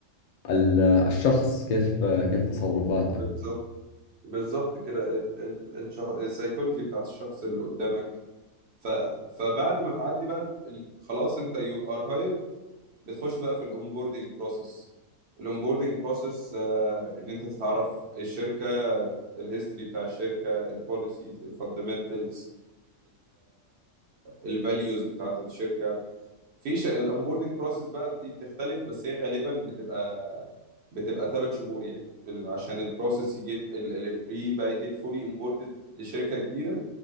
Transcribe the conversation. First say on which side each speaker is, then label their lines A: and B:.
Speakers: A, on the left (about 80°); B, on the right (about 55°).
A: ال الشخص كيف كيف تصرفاته
B: بالظبط بالظبط كده السايكولوجي بتاعت الشخص اللي قدامك ف... فبعد ما تعدي بقى ال... ال- خلاص انت يو ار هايرد بتخش بقى في الاونبوردنج بروسيس الاونبوردنج بروسيس ان انت تتعرف الشركه الهيستوري بتاع الشركه البوليسيز الفاندمنتالز الفاليوز بتاعت الشركه في ش... الاونبوردنج بروسيس بقى دي بتختلف بس هي غالبا بتبقى بتبقى ثلاث شهور يعني ال- عشان البروسيس يجي الامبلوي بقى يجي فولي امبوردد لشركه كبيره